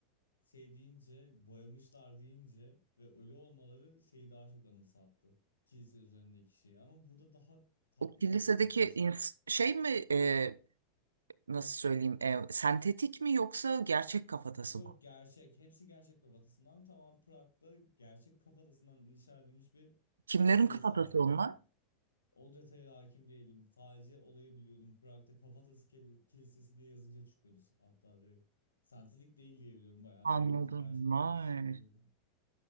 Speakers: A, on the left; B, on the right.
A: şey deyince boyamışlar deyince ve ölü olmaları şeyi daha çok anımsattı. Kilise üzerindeki şeyi. Ama burada daha tatlı
B: O kilisedeki
A: bir etken
B: ins- şey mi e, nasıl söyleyeyim e, sentetik mi yoksa gerçek kafatası
A: Yok
B: mı?
A: gerçek. Hepsi gerçek kafatasından. Tamam Prag'da gerçek kafatasından inşa edilmiş bir
B: Kimlerin
A: kilise
B: kafatası
A: var diyebilirim.
B: onlar?
A: O detaya da hakim değilim. Sadece olayı biliyordum. Prag'da kafatası keli- kilisesi diye yazınca çıkıyordu hatta direkt. Sentetik değil diyebiliyorum. Bayağı
B: Anladım.
A: bildiğimiz gerçek
B: Vay.
A: kafatası diyebilirim.